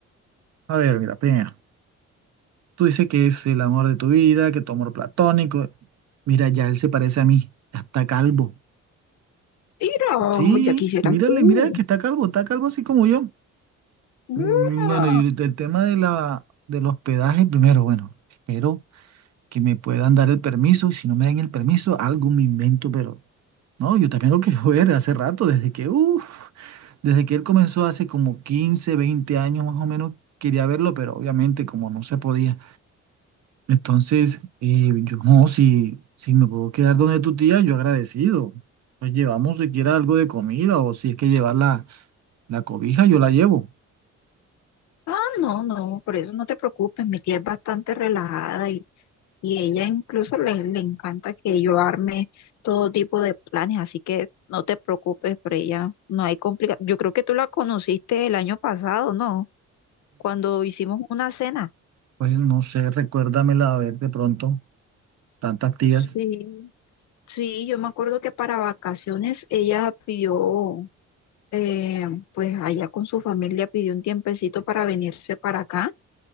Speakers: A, on the right; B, on the left.
A: A ver, mira, primero, tú dices que es el amor de tu vida, que tu amor platónico. Mira, ya él se parece a mí, ya está calvo.
B: Mira,
A: Sí,
B: ya quisieras
A: mírale,
B: tú.
A: mírale que está calvo, está calvo así como yo.
B: Mira.
A: Mm, Bueno, y ahorita el tema de la, del hospedaje, primero, bueno, espero que me puedan dar el permiso. Si no me dan el permiso, algo me invento, pero no, yo también lo quiero ver <laughs> hace rato, desde que, uff, desde que él comenzó hace como 15 20 años más o menos, quería verlo, pero obviamente como no se podía. Entonces, eh, yo no, si, si me puedo quedar donde tu tía, yo agradecido. Pues llevamos siquiera algo de comida o si es que llevar la, la cobija, yo la llevo.
B: Ah, no, no, por eso no te preocupes, mi tía es bastante relajada y Y ella incluso le, le encanta que yo arme todo tipo de planes, así que no te preocupes por ella, no hay complicación. Yo creo que tú la conociste el año pasado, ¿no? Cuando hicimos una cena.
A: Pues no sé, recuérdamela a ver de pronto, tantas tías.
B: Sí, sí, yo me acuerdo que para vacaciones ella pidió, eh, pues allá con su familia pidió un tiempecito para venirse para acá